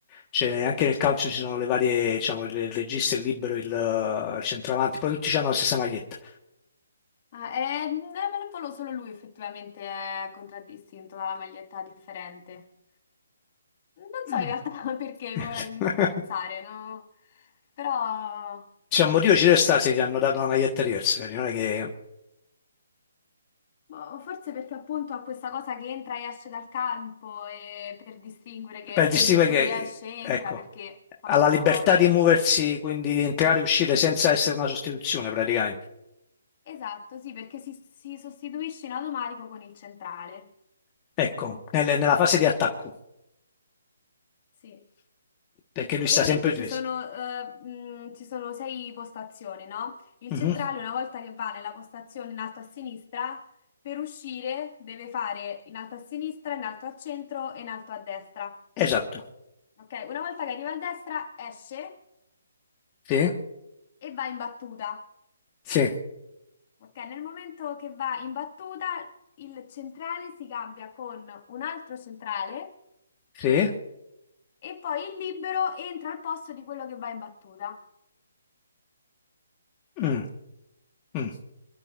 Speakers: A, on the left; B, on the left.
A: Cioè, anche nel calcio ci sono le varie, diciamo, il il regista, il libero, il, eh, il centravanti, però tutti hanno la stessa maglietta.
B: Ah, eh, non me lo volo solo lui effettivamente è contraddistinto dalla maglietta differente. Non
A: Mm.
B: so in realtà <laughs> perché
A: <laughs>
B: ora che mi ci fai pensare, no? Però
A: C'è un motivo ci deve stare se gli hanno dato una maglietta diversa, vedi? Non è che
B: boh, forse perché appunto ha questa cosa che entra e esce dal campo e per distinguere che
A: per
B: appunto
A: distinguere
B: lui
A: che,
B: esce e
A: ecco,
B: entra perché fa
A: ha
B: quel
A: la libertà
B: ruolo.
A: di muoversi, quindi di entrare e uscire senza essere una sostituzione praticamente.
B: Esatto, sì, perché si, si sostituisce in automatico con il centrale.
A: Ecco, nel- nella fase di attacco,
B: Sì.
A: perché lui
B: Praticamente
A: sta sempre difeso.
B: ci sono, eh, mh, ci sono sei postazioni, no? Il
A: Mhm,
B: centrale, una volta che va nella postazione in alto a sinistra, per uscire deve fare in alto a sinistra, in alto a centro e in alto a destra.
A: Esatto.
B: Ok? Una volta che arriva a destra, esce
A: Sì,
B: e va in battuta.
A: sì,
B: Ok? Nel momento che va in battuta, il centrale si cambia con un altro centrale
A: sì.
B: E poi il libero entra al posto di quello che va in battuta.
A: Mm, mm.